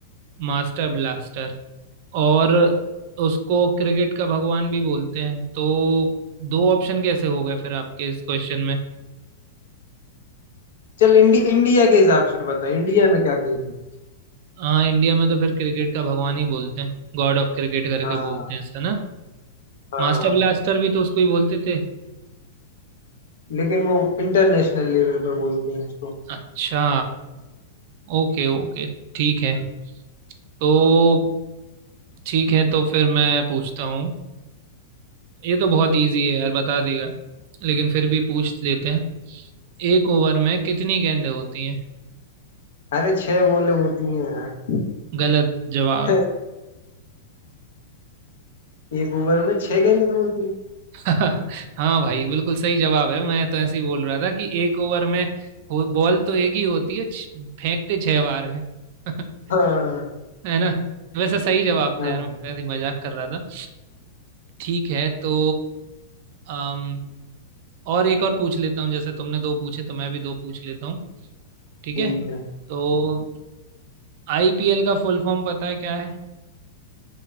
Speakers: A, on the right; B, on the left.
A: मास्टर ब्लास्टर और उसको क्रिकेट का भगवान भी बोलते हैं तो दो ऑप्शन कैसे हो गए फिर आपके इस क्वेश्चन में
B: चल इंडी, इंडिया के हिसाब से बता इंडिया में क्या कहते हैं
A: हाँ इंडिया में तो फिर क्रिकेट का भगवान ही बोलते हैं गॉड ऑफ क्रिकेट करके
B: हाँ
A: बोलते हैं ऐसा ना
B: हाँ
A: मास्टर ब्लास्टर भी तो उसको ही बोलते थे
B: लेकिन वो इंटरनेशनल लेवल पर बोलते हैं इसको
A: अच्छा ओके ओके ठीक है तो ठीक है तो फिर मैं पूछता हूँ ये तो बहुत इजी है यार बता देगा लेकिन फिर भी पूछ लेते हैं एक ओवर में कितनी गेंदें होती हैं
B: अरे छह बॉलें होती हैं यार
A: गलत जवाब
B: <laughs> एक ओवर में छह गेंदें होती हैं
A: हाँ भाई बिल्कुल सही जवाब है मैं तो ऐसे ही बोल रहा था कि एक ओवर में हो- बॉल तो एक ही होती है छ- फेंकते छह बार है <laughs>
B: हाँ
A: है ना वैसे सही जवाब
B: हाँ
A: था यार मैं तो ऐसे ही मजाक कर रहा था ठीक है तो अम, और एक और पूछ लेता हूँ जैसे तुमने दो पूछे तो मैं भी दो पूछ लेता हूँ ठीक
B: ठीक
A: है
B: है
A: तो आईपीएल का फुल फॉर्म पता है क्या है